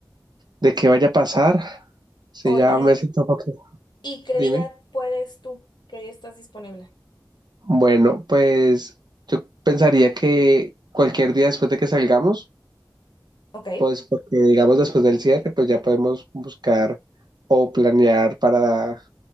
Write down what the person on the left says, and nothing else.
Oye,
¿y qué
día puedes tú? ¿Qué día estás disponible?
Ok.